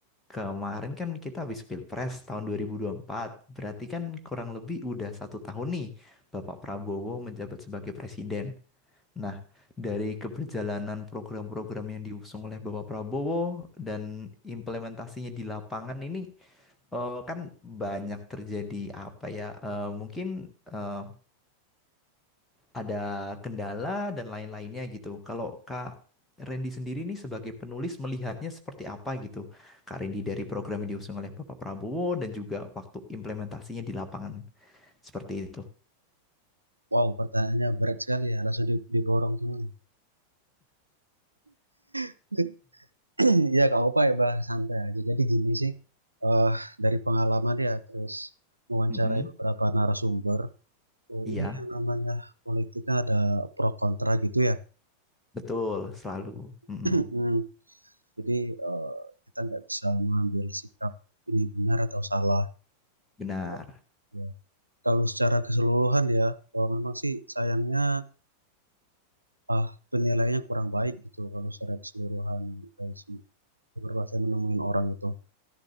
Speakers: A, in the centre; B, on the right.
A: kemarin kan kita habis Pilpres tahun 2024. Berarti kan kurang lebih udah satu tahun nih Bapak Prabowo menjabat sebagai presiden. Nah, dari keberjalanan program-program yang diusung oleh Bapak Prabowo dan implementasinya di lapangan ini eh, kan banyak terjadi apa ya? eh, mungkin eh, ada kendala dan lain-lainnya gitu. Kalau Kak Randy sendiri nih sebagai penulis melihatnya seperti apa gitu? Kak Randy dari program yang diusung oleh Bapak Prabowo dan juga waktu implementasinya di lapangan seperti itu.
B: Wow, pertanyaannya berat sekali ya, langsung di- diborong semua nih. <clears throat> Ya Kak Opa ya bah santai aja. Jadi gini sih, eh dari pengalaman ya, terus mewawancarai
A: Mm-mm.
B: beberapa narasumber. Oh,
A: Iya,
B: ini yang namanya politiknya ada pro kontra gitu ya.
A: betul selalu. Mm-mm.
B: <clears throat> Hmm, Jadi eh, kita nggak bisa mengambil sikap ini benar atau salah.
A: Benar.
B: Gitu Ya. Kalau secara keseluruhan ya, kalau memang sih sayangnya ah penilaiannya kurang baik gitu kalau secara keseluruhan dari si beberapa saya menemuin orang itu.